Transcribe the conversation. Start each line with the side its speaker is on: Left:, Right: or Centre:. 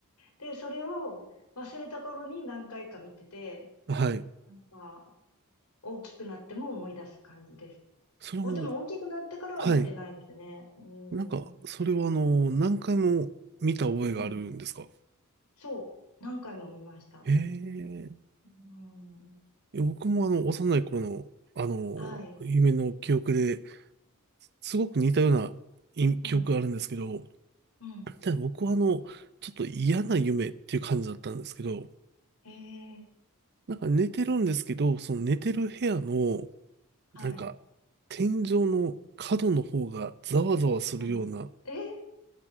Left: で、それを忘れた頃に何回か見てて、
Right: はい。
Left: なんか、大きくなっても思い出す感じです。
Right: それも、
Left: お、でも大きくなってからは見てないですね。
Right: はい。
Left: う
Right: なんか、
Left: ん。
Right: それはあの、何回も見た覚えがあるんですか
Left: うん。そう。何回も見ました。
Right: えー
Left: うん。
Right: いや僕もあの、幼い頃の、あの、
Left: はい。
Right: 夢の記憶で、すごく似たようない記憶があるんですけど、
Left: うん。うん。
Right: ただ僕はあの、ちょっと嫌な夢っていう感じだったんですけど、
Left: ええ
Right: なんか寝てるんですけど、その寝てる部屋の、
Left: はい。
Right: なんか、天井の角の方がざわざわするような、
Left: うん。え